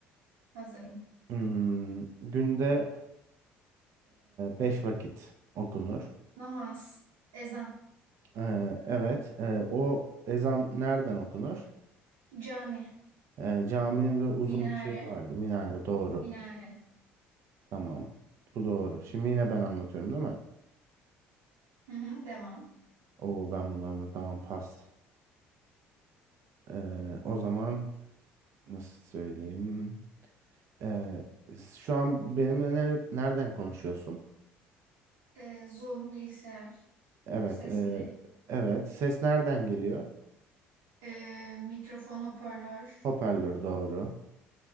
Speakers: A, on the right; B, on the right.
A: Hazırım.
B: Hmm, günde 5 vakit okunur.
A: Namaz, ezan,
B: Ee, evet, e, o ezan nereden okunur?
A: cami,
B: Ee, caminin böyle uzun
A: minare,
B: bir şeyi vardı, minare. Doğru.
A: minare.
B: Tamam. Bu doğru. Şimdi yine ben anlatıyorum değil mi?
A: Hı hı, devam.
B: Oo ben bunu anlatamam. Pas. Ee, o zaman nasıl söyleyeyim? Ee, şu an benimle nere- nereden konuşuyorsun?
A: Ee, Zoom, bilgisayar,
B: Evet.
A: sesli,
B: e, evet. Ses nereden geliyor?
A: ee, mikrofon, hoparlör.
B: Hoparlör doğru.